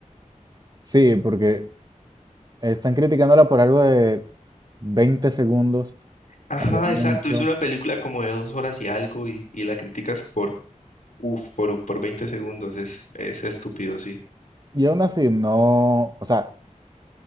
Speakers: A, on the right (about 30°); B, on the left (about 75°).
A: Sí, porque están criticándola por algo de 20 segundos
B: Ajá,
A: a lo mucho.
B: exacto. Es una película como de dos horas y algo y, y la criticas por, uf, por, por 20 segundos. Es, es estúpido, sí.
A: Y aún así, no, o sea,